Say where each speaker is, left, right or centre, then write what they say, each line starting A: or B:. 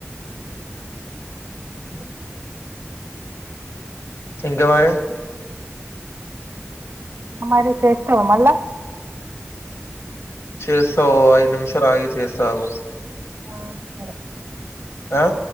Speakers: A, on the left; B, on the right.
A: అ ఇంకా మరి
B: మరి చేసినవ మల్ల
A: చేస్తా ఓ ఐదు నిమిషాలాగి చేస్తాగు
B: ఆ సరే
A: ఆ